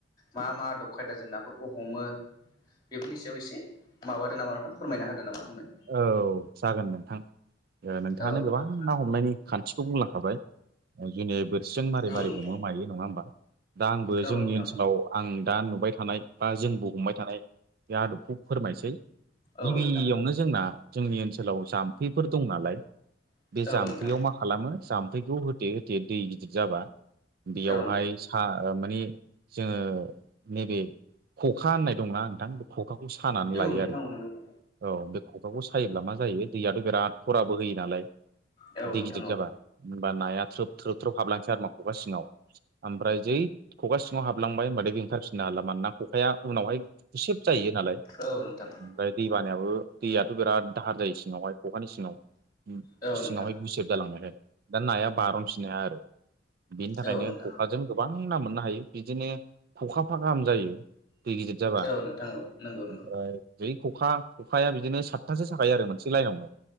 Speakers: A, on the left (about 25°); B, on the right (about 50°).
A: मा मा आदब खायदा जों ना नफोरखौ हमो बेफोरनि सायाव एसे माबादो नामा नोंथां फोरमायना होदो नामा नोंथां।
B: औ जागोन नोंथां ओ नोंथाङानो
A: औ नोंथां
B: गोबां ना हमनायनि खान्थिखौ बुंलांखाबाय। जुनि बोरसिजों मारै
A: औ
B: -मारै हमो
A: नोंथां
B: मायो नङा होमबा दा आंबो
A: औ
B: जोंनि
A: नोंथां
B: ओनसोलाव आं दा नुबाय थानाय बा जोंबो हमबाय थानाय बे आदबखौ फोरमायसै
A: औ
B: गिबियावनो
A: नोंथां
B: जोंना जोंनि ओनसोलाव जाम्फैफोर दं नालाय
A: औ
B: बे जाम्फैयाव
A: नोंथां
B: मा खालामो जाम्फैखौ होथे- होथे दै गिदिर जाबा बेयावहाय
A: औ नोंथां
B: खा ओ माने जोङो नैबे खखा होननाय दंना नोंथां? खखाखौ सानानै
A: औ
B: लायो
A: नोंथां
B: आरो
A: औ नंगौ नंगौ।
B: औ बे खखाखौ सायोब्ला मा जायो दैयाथ' बिराद खराबो होयो नालाय
A: औ
B: दै
A: नोंथां
B: गिदिर
A: औ
B: जाबा होमबा नाया थ्रोब थ्रोब थ्रोब हाबलांसै आरो मा ख'खा सिङाव ओमफ्राय जै खखा सिङाव हाबलांबाय होनबाथाय बेंखारफिननो हाला मानोना खखाया उनावहाय गुसेब जायो नालाय ओमफ्राय
A: औ नोंथां
B: दै बानायाबो दैयाथ' बिराद दाहार जायो सिङावहाय खखानि सिङाव
A: औ नोंथां
B: सिङावहाय गुसेब जालांनायहाय दा नाया बारनफिनो आरो बिनि थाखायनो
A: औ नोंथां
B: अखा जों गोबां ना मोननो हायो बिदिनो खखाफा गाहाम जायो। दै गिदिर जाबा
A: औ नोंथां औ नंगौ नंगौ
B: <unintelligible> जै खखा खखाया बिदिनो सातथासो साखायायो आरो मोनसे लाइनावनो